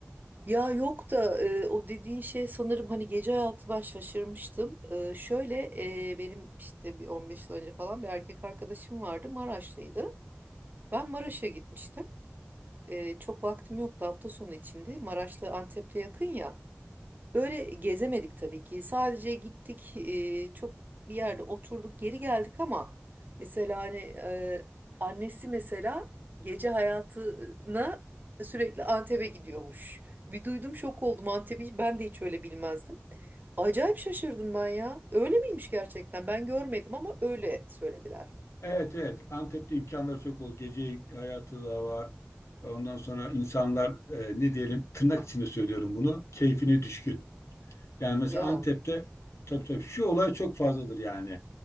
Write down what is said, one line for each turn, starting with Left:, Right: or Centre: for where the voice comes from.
Right: Ya yok da e, o dediğin şey sanırım hani gece hayatı ben şaşırmıştım. E, şöyle e, benim işte bir 15 yıl önce falan bir erkek arkadaşım vardı Maraşlıydı. Ben Maraş'a gitmiştim. E, çok vaktim yoktu hafta sonu içinde. Maraş'la Antep'te yakın ya. Böyle gezemedik tabii ki. Sadece gittik, e, çok bir yerde oturduk, geri geldik ama mesela hani e, annesi mesela gece hayatına sürekli Antep'e gidiyormuş. Bir duydum şok oldum Antep'i. Ben de hiç öyle bilmezdim. Acayip şaşırdım ben ya. Öyle miymiş gerçekten? Ben görmedim ama öyle söylediler.
Left: Evet, evet. Antep'te imkanları çok bol. Gece hayatı da var. Ondan sonra insanlar e, ne diyelim, tırnak içinde söylüyorum bunu, keyfine düşkün. Yani mesela
Right: Ya.
Left: Antep'te tabii tabii şu olay çok fazladır yani.